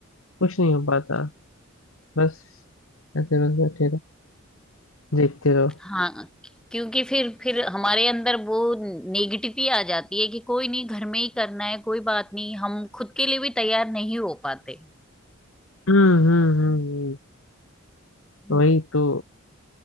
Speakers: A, on the left; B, in the centre.
A: कुछ नहीं हो पाता बस ऐसे बस बैठे रहो देखते रहो
B: हाँ क्योंकि फिर फिर हमारे अंदर वो नेगेटिव ही आ जाती है कि कोई नहीं घर में ही करना है कोई बात नहीं हम खुद के लिए भी तैयार नहीं हो पाते
A: हम्म हम्म हम्म हम्म, वही
B: हम्म
A: तो